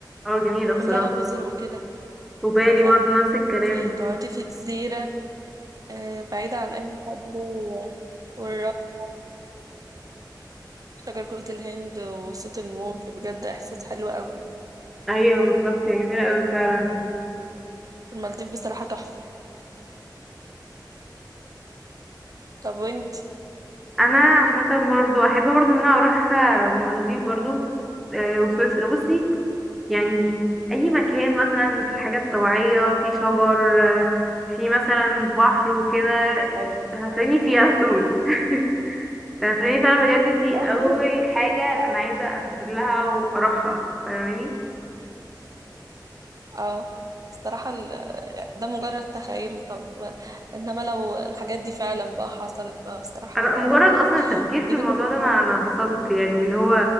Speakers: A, in the centre; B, on the right.
A: اه جميلة بصراحة
B: كلها جزر وكده
A: وبالي
B: شايفة
A: برضو
B: احسن انك
A: نفس الكلام
B: آه، تقعدي في جزيرة آه، بعيدة عن اي حد و- والرملة شجر جوز الهند وصوت الموج بجد احساس حلو قوي
A: ايوه بالظبط هي جميله قوي فعلا
B: المالديف بصراحة تحفة طب وانت
A: انا مثلا برضو احب برضو ان انا اروح آه، المالديف برضو آه، وسويسرا بصي يعني اي مكان مثلا في حاجات طبيعية في شجر آه، في مثلا بحر وكده
B: ايوه
A: هتلاقيني فيه على طول <laughs> هتلاقيني فعلا بجد دي
B: <laughs>
A: اول حاجه انا عايزه اسافر لها واروحها فاهماني
B: اه بصراحة ال- ده مجرد تخيل طب انما لو الحاجات دي فعلا بقى حصلت بقى بصراحة
A: انا
B: حاجة
A: مجرد
B: روعة يعني
A: اصلا التفكير في
B: جيبي
A: الموضوع
B: كل
A: ده
B: حاجة
A: انا انا
B: نفسك
A: اتبسطت
B: فيها.
A: يعني اللي هو